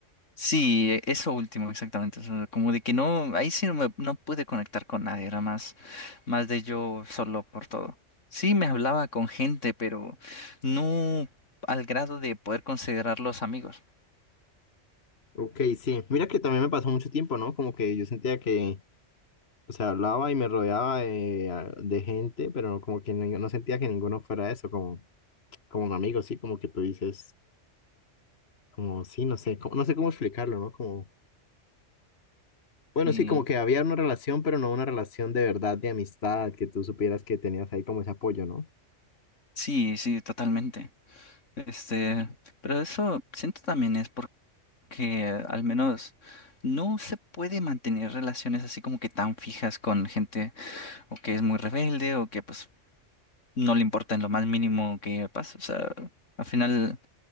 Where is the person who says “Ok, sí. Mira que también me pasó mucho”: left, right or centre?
Left